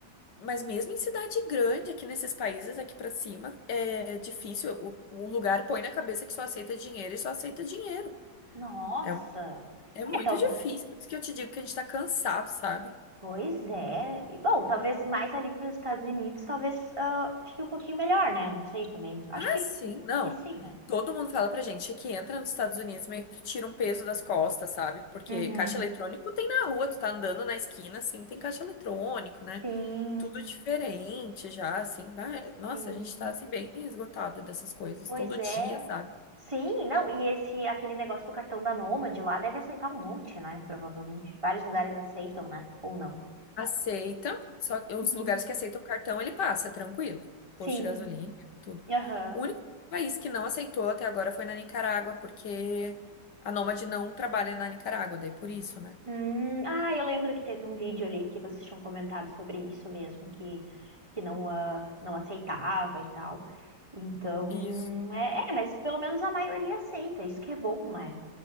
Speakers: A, on the left; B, on the right.
A: mas mesmo em cidade grande, aqui nesses países, aqui para cima, é difícil. O, o lugar põe na cabeça que só aceita dinheiro e só aceita dinheiro.
B: Nossa!
A: É um É muito
B: É, tal,
A: difícil, por isso que eu te digo que a gente tá cansado, sabe?
B: Pois é. E, Bom, talvez mais ali para os Estados Unidos, talvez ah, fique um pouquinho melhor, né? Não sei também. Acho
A: Ah,
B: que,
A: sim, não.
B: que sim, né?
A: Todo mundo fala pra gente que entra nos Estados Unidos meio que tu tira um peso das costas, sabe? Porque
B: Uhum.
A: caixa eletrônico tem na rua, tu tá andando na esquina, assim, tem caixa eletrônico, né?
B: Sim,
A: Tudo diferente já, assim. vai- Nossa,
B: sim.
A: a gente tá assim bem esgotado dessas coisas
B: Pois
A: todo
B: é.
A: dia, sabe?
B: Sim, não, e esse aquele negócio do cartão da Nômade lá deve aceitar um monte, né? Provavelmente. Vários lugares aceitam, né? Ou não.
A: Aceita, só que os
B: Uhum.
A: lugares que aceitam o cartão ele passa, tranquilo.
B: Sim.
A: Posto de gasolina, tudo.
B: Aham.
A: O único país que não aceitou até agora foi na Nicarágua, porque a Nômade não trabalha na Nicarágua, daí por isso, né?
B: Hum, ah, eu lembro que teve um vídeo ali que vocês tinham comentado sobre isso mesmo, que, que não, ah, não aceitava e tal. Então,
A: Isso.
B: é, é, mas pelo menos a maioria aceita, isso que é bom, né?